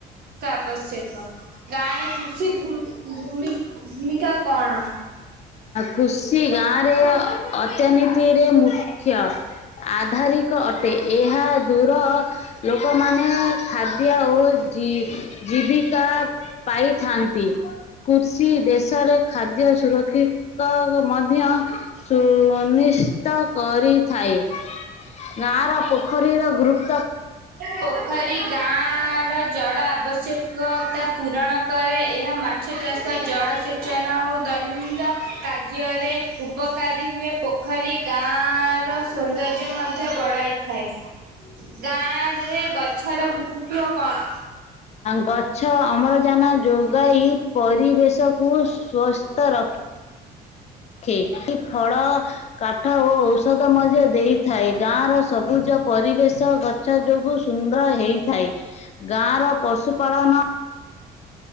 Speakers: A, on the right; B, on the left.
A: ଆବଶ୍ୟକ। ଗାଁରେ କୃଷି ଭୂମି ଭୂମି ଭୂମିକା କଣ?
B: ଖୁସି ଗାଁ ଅତ୍ୟନୀତିରେ ମୁଖ। <inaudible> ଆଧାରିକ ଅଟେ ଏହା ଦୂର ଲୋକମାନେ ଖାଦ୍। <unintelligible> ଓ ଜୀବିକା ପାଇଥାନ୍ତି। କୃଷି ଦେଶରେ ଖାଦ୍ୟ ସୁରକ୍ଷିକଉ ମଧ୍ୟ ସୁନିଶିତ କରିଥାଏ ଗାଁର ଖରିର ଗ୍ରୁପ୍
A: ପୋଖରୀ ଗାଁ ର ଜଳ ଆବଶ୍ୟକ ତା ପୂରଣ କରେ। ଏହା ମାଛ ଚାଷ ଜଳ ସେଚନ ଓ ଦୈନନ୍ଦ କାର୍ଯ୍ୟରେ ଉପକାରୀ ହୁଏ। ପୋଖରୀ ଗାଁ ର ସୌନ୍ଦର୍ଯ୍ୟ ମଧ୍ୟ ବଢାଇଥାଏ। ଗାଁ ଏ ଗଛର ଗୁରୁତ୍ଵ କଣ?
B: ଗଛ ଅମଳ ଜାନ ଯୋଗାଇ ପରିବେଶକୁ ସ୍ଵସ୍ଥ ର ଖେ ଫଳ, କାଠ ଓ ଔଷଧ ମଧ୍ୟ ଦେଇଥାଏ। ଗାଁର ସବୁଜ ପରିବେଶ ଗଛ ଯୋଗୁ ସୁନ୍ଦର ହେଇଥାଏ। ଗାଁର ପଶୁପାଳନ